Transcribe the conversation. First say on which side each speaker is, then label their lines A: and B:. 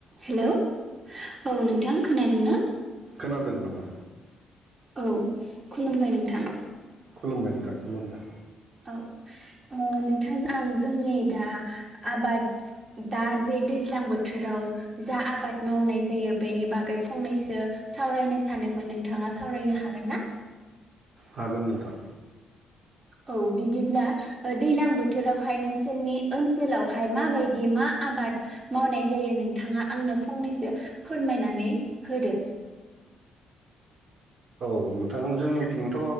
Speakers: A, on the right (about 30°); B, on the right (about 60°).
A: Hello औ नों बिथां खोनादों ना?
B: खोनादों नोथां।
A: औ खुलुमबाय नोंथां।
B: खुलुमबाय नोंथां खुलुमबाय।
A: औ ओ नोंथांजों आं जोंनि दा आबाद दा जे दैज्लां बोथोराव जा आबाद मावनाय जायो बेनि बागै फंनैसो सावरायनो सानदोंमोन नोंथाङा सावरायनो हागोन ना?
B: हागोन नोंथां।
A: औ बिदिब्ला दैलां बोथोरावहाय नोंसोरनि ओनसोलावहाय माबायदि मा आबाद मावनाय जायो नोंथाङा आंनो फंनैसो फोरमायनानै होदो।
B: औ नोंथां जोंनिथिंथ'